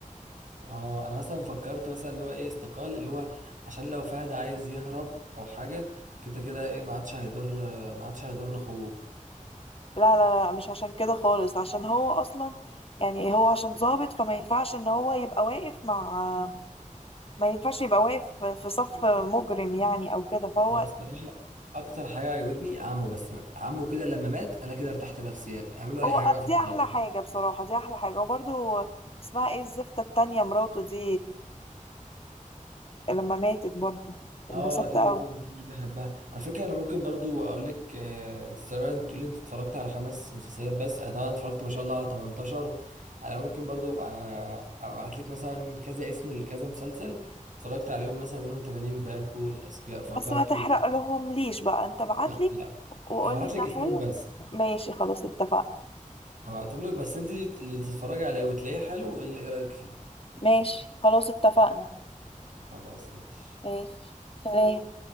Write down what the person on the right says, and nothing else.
اه انا مثلا فكرت مثلا اللي هو ايه استقال اللي هو عشان لو فهد عايز يهرب او حاجه كده كده ايه ما عادش هيضر ما عادش هيضر اخوه
انا بصراحه اكتر حاجه عجبتني عمه بس بقى. عمه كده لما مات انا كده ارتحت نفسيا اعملوا اي
حاجه بقى
في
المسلسل
اه
دي
برضو ما كنتش بحبها على فكره انا ممكن برضو اقول لك آه، انت زمان تقول لي انت اتفرجت على خمس مسلسلات بس انا طبعا اتفرجت ما شاء الله على 18 انا ممكن برضو ابقى أبقى ابعت لك مثلا كذا اسم لكذا مسلسل اتفرجت عليهم مثلا منهم 80 باكو الاذكياء فقط
و...
لا لا
هبعت لك
اسمهم
بس
هبعتهم لك بس انت اللي تتفرجي عليه وتلاقيه حلو واللي ايه رايك فيه
خلاص ماشي